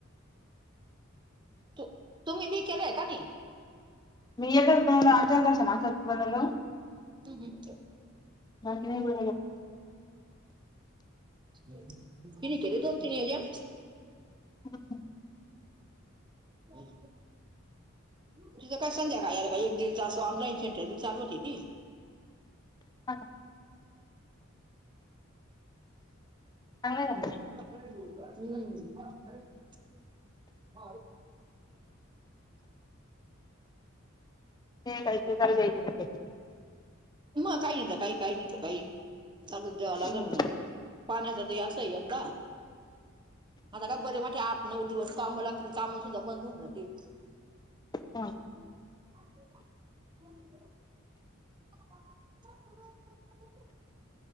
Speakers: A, on the right (about 25°); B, on the left (about 20°).
A: त तुम्ही बी केलंय का नाही
B: मी येतो आचारश ना बलो
A: हम् हम्
B: हग नाही ब
A: ह ति केले तोन तिन हजा
B: हो ह
A: हम् तुझं काय संध्याका कायर काय एक दिस तास ऑनईन सेंरी चालव होती ती
B: हां चांगलं
A: हम्म ह
B: ते द्यायला की
A: म काही नाही तर काही काही नाही तर काही चालू द्या लागल
B: मग
A: ना पाण्याचा काय असय यंदा, आता काय बरे माझे आठ नऊ दिवस काम लागतील. कामं सुद्धा बंद होऊन जाते.
B: हा
A: ह हो <inaudible>